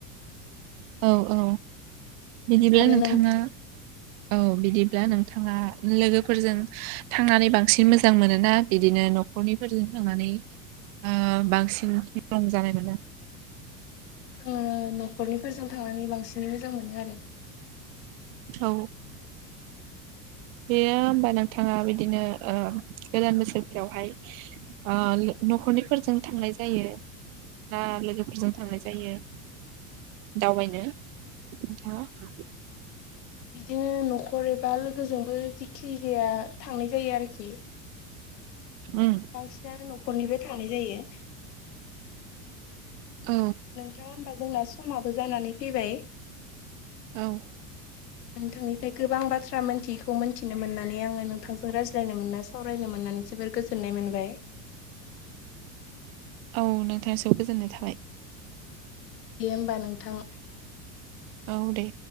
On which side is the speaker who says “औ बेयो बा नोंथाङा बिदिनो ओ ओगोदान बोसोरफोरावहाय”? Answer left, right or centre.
Right